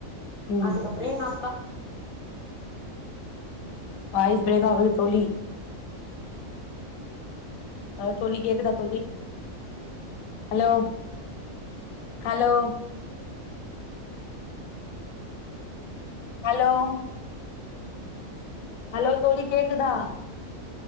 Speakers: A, on the left (about 80°); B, on the left (about 40°).
A: ம்
B: அதுக்கப்புறோ
A: ம்
B: எங்க அப்பா
A: வாய்ஸ் பிரேக் ஆகுது தோழி ஹ தோழி கேக்குத தோழி ஹலோ ஹலோ ஹலோ ஹலோ தோழி கேக்குதா